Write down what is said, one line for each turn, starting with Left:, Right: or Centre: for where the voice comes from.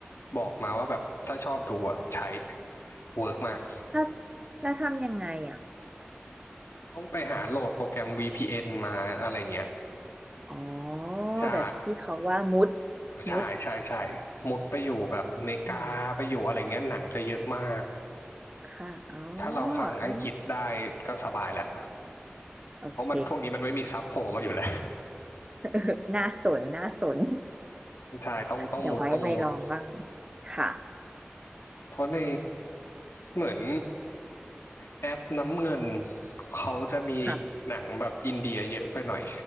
Left: บอกมาว่าแบบถ้าชอบดูอะใช้เวิร์กมาก
Right: แล้วแล้วทำยังไงอ่ะ
Left: ต้องไปหาโหลดโปรแกรม VPN มาอะไรเงี้ย
Right: อ๋อ
Left: ใช่
Right: แบบที่เขาว่ามุด
Left: ใช่ใช่ใช่มุดไปอยู่แบบเมกาไปอยู่อะไรเงี้ยหนังจะเยอะมาก
Right: มุดอืมค่ะอ๋อ
Left: ถ้าเราฟังอังกฤษได้ก็สบายแหละ
Right: เออโอเค
Left: เพราะมันพวกนี้มันไม่มีซับโผล่มาอยู่แล้ว
Right: <laughs> น่าสนน่าสน
Left: ใช่ต้องต้องมุดต้องมุด
Right: เดี๋ยวไว้ไปลองบ้างค่ะ
Left: เพราะในเหมือนแอปน้ำเงินเขาจะมี
Right: ค่ะ
Left: หนังแบบอินเดียเยอะไปหน่อย